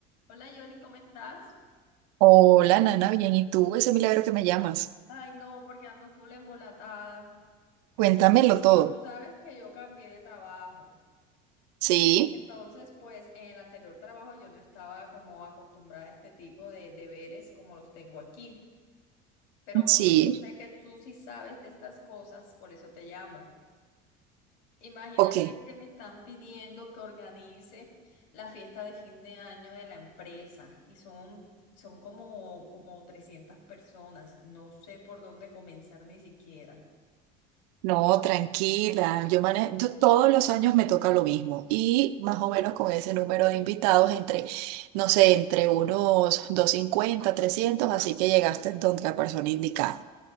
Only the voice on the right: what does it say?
Hola, Nana, bien. ¿Y tú? Ese milagro que me llamas.
Cuéntamelo
todo.
Sí,
sí,
ok.
No, tranquila. Yo manejo, yo todos los años me toca lo mismo. Y más o menos con ese número de invitados, entre, no sé, entre unos 250 trescientos así que llegaste donde la persona indicada.